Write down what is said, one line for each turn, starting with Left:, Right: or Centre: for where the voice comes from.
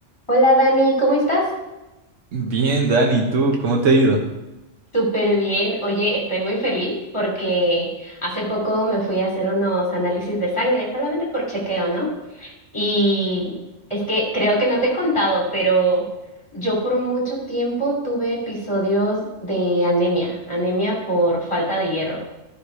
Left: Hola Dani, ¿cómo estás?
Right: Bien, Dani, ¿tú cómo te ha ido?
Left: Súper bien. Oye, estoy muy feliz porque hace poco me fui a hacer unos análisis de sangre, solamente por chequeo, ¿no? Y es que creo que no te he contado, pero yo por mucho tiempo tuve episodios de anemia, anemia por falta de hierro.